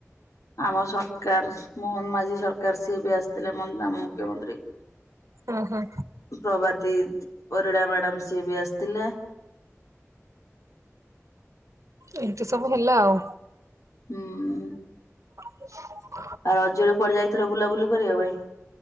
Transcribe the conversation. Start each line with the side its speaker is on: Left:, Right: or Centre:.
Left: ଆମ ସରକାର ମୋହନ ମାଝି ସରକାର ସିଏ ବି ଆସିଥିଲେ ମ ଆମ ମୁଖ୍ୟମନ୍ତ୍ରୀ।
Right: ଓହୋ!
Left: ପ୍ରଭତି ପରିଡ଼ା ମ୍ୟାଡାମ ସିଏ ବି ଆସିଥିଲେ।
Right: ଏମିତି ସବୁ ହେଲା ଆଉ।
Left: ହୁଁ!
Right: <inaudible>
Left: ଆଉ ରଜରେ କୁଆଡେ ଯାଇଥିଲ ବୁଲାବୁଲି କରିବା ପାଇଁ?